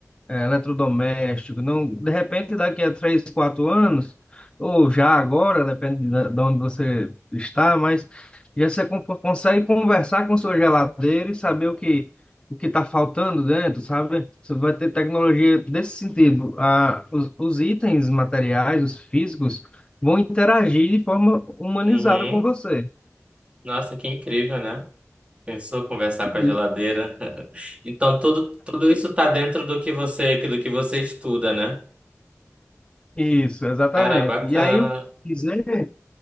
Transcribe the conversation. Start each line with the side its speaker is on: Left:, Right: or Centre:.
Left: é, eletrodoméstico, não, de repente daqui a três, quatro anos, ou já agora, depende da- de onde você está, mas já você con- consegue conversar com sua geladeira e saber o que o que está faltando dentro, sabe? Você vai ter tecnologia desse sentido. A, os, os itens materiais, os físicos, vão interagir de forma humanizada
Right: Uhum.
Left: com você.
Right: Nossa, que incrível, né? Pensou conversar com
Left: Isso,
Right: a geladeira? <laughs> Então, tudo, tudo isso tá dentro do que você, do que você estuda, né?
Left: Isso, exatamente.
Right: Cara, bacana.
Left: E aí o que dizer